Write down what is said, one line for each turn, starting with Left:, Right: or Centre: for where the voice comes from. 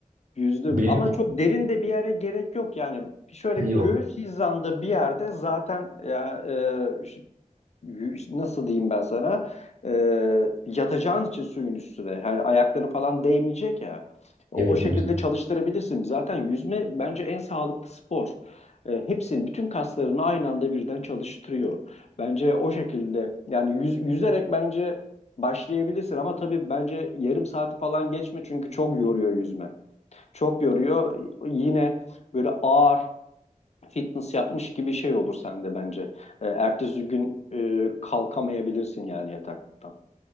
Left: Yüzdüm
Right: Benim
Left: ama çok derin de bir yere gerek yok yani şöyle
Right: Ha,
Left: göğüs
Right: yok.
Left: hizamda bir yerde zaten ya e, ş- yü- nasıl diyeyim ben sana e, yatacağın için suyun üstüne yani ayakların falan değmeyecek ya o,
Right: Evet
Left: o şekilde
Right: Yunus.
Left: çalıştırabilirsin zaten yüzme bence en sağlıklı spor E, hepsini bütün kaslarını aynı anda birden çalıştırıyor bence o şekilde yani yüz, yüzerek bence başlayabilirsin ama tabii bence yarım saati falan geçme çünkü çok yoruyor yüzme çok yoruyor. Yine böyle ağır fitness yapmış gibi şey olur sende bence. E, ertesi gün e, kalkamayabilirsin yani yataktan.